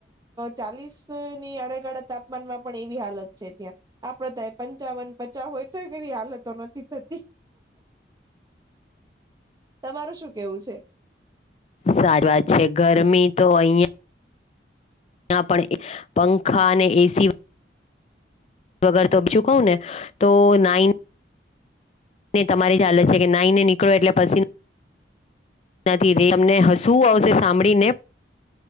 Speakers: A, on the right; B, on the left.
A: ચાલીસ ની આડેગાળા તાપમાનમાં પણ એવી હાલત છે, ત્યાં આપડ થ પંચાવન પચાવન. <unintelligible> કેવી હાલતો નથી થતી.
B: <inaudible>
A: તમારું શું કેવું છે.
B: <unintelligible> વાત છે, ગરમી તો અહિયાં. ત્યાં પણ પંખા અને એસી. વગર તો બીજું કવ ને તો નાઈન. ને તમારી જ હાલત છે, કે નાઈને નીકળો એટલે પછી. <unintelligible> તમને હસવું આવશે સાંભળીને.